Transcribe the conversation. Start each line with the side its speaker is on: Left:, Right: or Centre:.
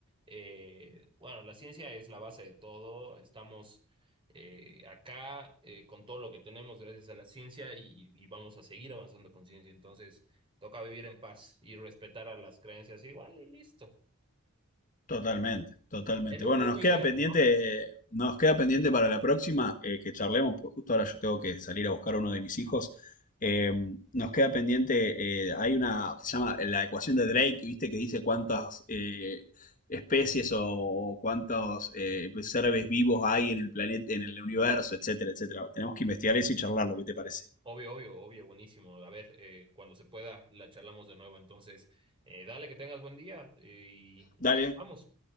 Right: eh, bueno, la ciencia es la base de todo, estamos eh, acá eh, con todo lo que tenemos gracias a la ciencia y, y vamos a seguir avanzando con ciencia. Entonces, toca vivir en paz y respetar a las creencias igual y listo.
Left: Totalmente, totalmente.
Right: En un
Left: Bueno,
Right: mundo
Left: nos
Right: ideal,
Left: queda pendiente,
Right: ¿no?
Left: nos queda pendiente para la próxima eh, que charlemos, pues justo ahora yo tengo que salir a buscar a uno de mis hijos. Eh, nos queda pendiente, eh, hay una que se llama la ecuación de Drake, viste que dice cuántas eh, especies o, o cuántos eh, pues, seres vivos hay en el planeta, en el universo, etcétera, etcétera. Tenemos que investigar eso y charlarlo, ¿qué te parece?
Right: Obvio, obvio, obvio, buenísimo. A ver, eh, cuando se pueda, la charlamos de nuevo. Entonces, eh, dale que tengas buen día eh, y y
Left: Dale,
Right: vamos,